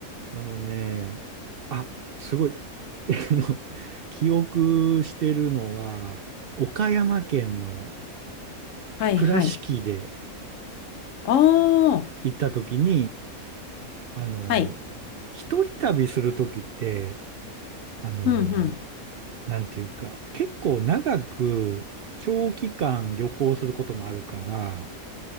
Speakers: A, on the right; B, on the left.
A: あのね、あ、すごい。<laughs> あの、記憶してるのは、岡山県の
B: はいはい。
A: 倉敷で
B: ああ。
A: 行った時に、あの、
B: はい。
A: 一人旅する時って、あの、
B: うん、うん、
A: なんていうか、結構長く長期間旅行することもあるから、